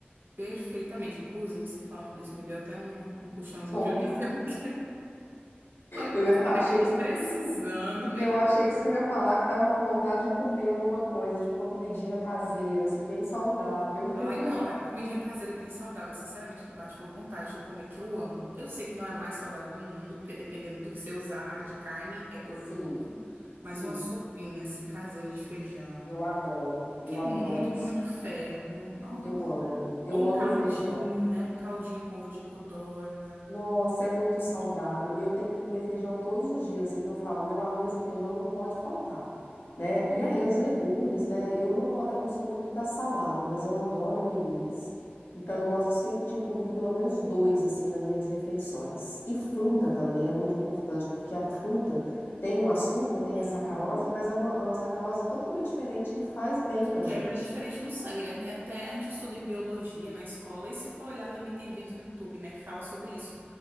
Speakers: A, on the right; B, on the left.
A: Perfeitamente. Inclusive, você falando isso me deu até um, um puxãozinho
B: Vontade.
A: de orelha, <laughs> porque falei pra
B: Eu
A: você,
B: ia falar,
A: né,
B: achei
A: que eu tô
B: que
A: precisando melhorar.
B: Eu achei que você ia falar que tava com vontade de comer alguma coisa, tipo uma comidinha caseira, assim, bem saudável. <laughs>
A: Ai, não, olha, comidinha caseira bem saudável, sinceramente, que bate uma vontade de comer, que eu amo. Eu sei que não é a mais saudável do mundo, porque dependendo do que você usar na- de carne, é gorduroso.
B: Sim,
A: Mas
B: sim,
A: uma sopinha, assim, caseira de feijão,
B: eu adoro,
A: que
B: eu
A: é
B: adoro,
A: mu- muito com muito ferro, nossa.
B: eu amo, eu
A: Ou um
B: amo
A: caldinho,
B: feijão.
A: né, um caldinho com ovo de codorna.
B: Nossa, é muito saudável.
A: Muito bom.
B: Eu tenho que comer feijão todos os dias, assim que eu falo, meu arroz e feijão não pode faltar, né? E
A: Uhum.
B: aí os legumes, né? Eu não go... eu não sou muito da salada, mas eu adoro legumes.
A: Sim.
B: Então eu gosto sempre de incluir pelo menos dois assim nas minhas refeições. E fruta também é muito importante, porque a fruta tem o açúcar, tem
A: Uhum.
B: a sacarose, mas é uma, é uma sacarose totalmente diferente que faz bem
A: Que
B: pra
A: quebra
B: gente.
A: diferente no sangue, né? Tem até, a gente estuda em biologia na escola e se for olhar também tem vídeos no YouTube, né, que fala sobre isso.